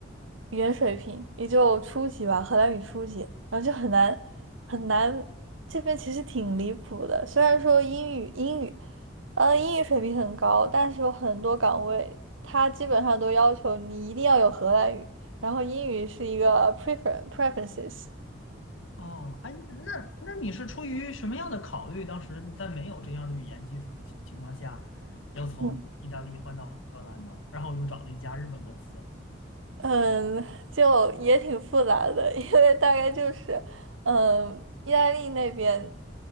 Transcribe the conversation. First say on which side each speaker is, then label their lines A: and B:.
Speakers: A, on the right; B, on the left.
A: 语言水平也就初级吧，荷兰语初级，然后就很难很难，这边其实挺离谱的，虽然说英语英语。呃，英语水平很高，但是有很多岗位，它基本上都要求你一定要有荷兰语，然后英语是一个 prefer preferences。
B: 哦，哎，那那你是出于什么样的考虑？当时在没有这样的语言基础的情情况下，要从意大利换到荷兰呢？
A: 嗯
B: 然后又找了一家日本公司。
A: 嗯，就也挺复杂的，因为大概就是，嗯，意大利那边，